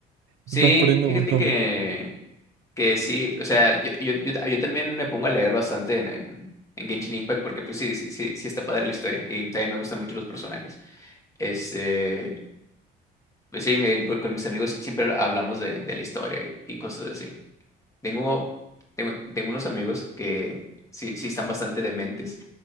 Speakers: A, on the left; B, on the right.
A: Sí,
B: te estás perdiendo
A: fíjate
B: un montón.
A: que Que sí, o sea, yo, yo, yo, yo también me pongo a leer bastante en, en, en Genshin Impact porque pues sí, sí, sí, sí está padre la historia y también me gustan mucho los personajes. Este, pues sí, me- con, con mis amigos sí- siempre hablamos de, de la historia y, y cosas así. Tengo, tengo, tengo unos amigos que sí, sí están bastante dementes